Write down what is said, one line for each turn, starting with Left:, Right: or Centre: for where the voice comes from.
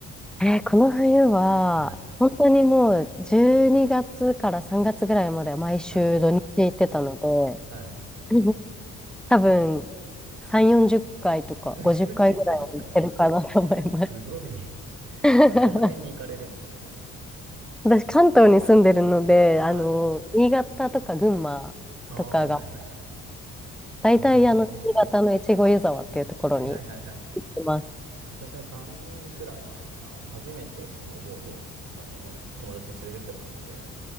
Centre: えーこの冬は、
Right: はい。
Centre: 本当にもう12月から3月ぐらいまでは毎週土日行ってたので、
Right: はい。はい。
Centre: <laughs> 多分3、40回とか50回ぐらいは行ってるかなと思います。
Right: <laughs> 3、40回ですか <laughs> すごい。
Centre: <laughs>
Right: ど、どの辺に行かれるんですか
Centre: 私、関東に住んでるので、あの、
Right: はい。
Centre: 新潟とか群馬とかが、
Right: ああ、はいはいはいはい。
Centre: 大体、
Right: へえ。
Centre: あの、新潟の越後湯沢っていうところに
Right: はいはいはいはい。
Centre: います。
Right: 私も3年くらい前かな。あの初めてスノーボードを、あの、友達に連れてってもらって、